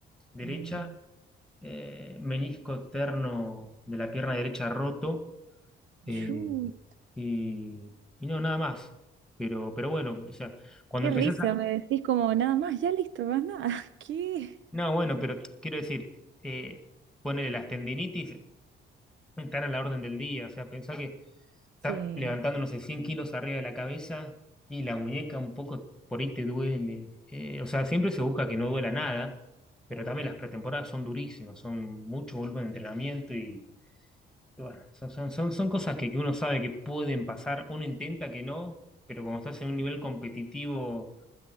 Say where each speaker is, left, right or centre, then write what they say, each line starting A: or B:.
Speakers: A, in the centre; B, on the right.
A: derecha,
B: Mm.
A: eh, menisco terno de la pierna derecha roto, eh,
B: Chu,
A: y, y no, nada más. Pero, pero bueno, o sea, cuando
B: qué
A: empezás
B: risa,
A: a...
B: me decís como nada más, ya listo, más nada. <laughs> ¿Qué?
A: No, bueno, pero quiero decir... eh, Ponele las tendinitis, estar a la orden del día. O sea, pensá que estás
B: Sí.
A: levantando, no sé, 100 kilos arriba de la cabeza y la muñeca un poco por ahí te duele. Eh, o sea, siempre se busca que no duela nada, pero también las pretemporadas son durísimas, son mucho volumen de entrenamiento y, y bueno, son, son, son, son cosas que, que uno sabe que pueden pasar, uno intenta que no, pero cuando estás en un nivel competitivo